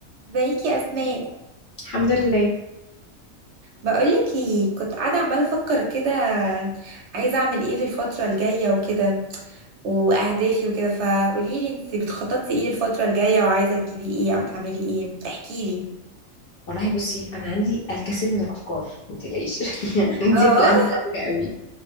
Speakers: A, on the right (about 65°); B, on the left (about 60°).
A: ازيك يا اسماء
B: الحمد لله
A: بقولك ايه كنت قاعده عماله افكر كده عايزه اعمل ايه في الفتره الجايه وكده واهدافي وكده فقولي لي انت بتخططي ايه للفتره الجايه وعايزه تجيبي ايه او تعملي ايه احكي لي
B: والله بصي انا عندي الكثير من الافكار ما تقلقيش <laughs> عندي
A: اه
B: بلانز كتيره قوي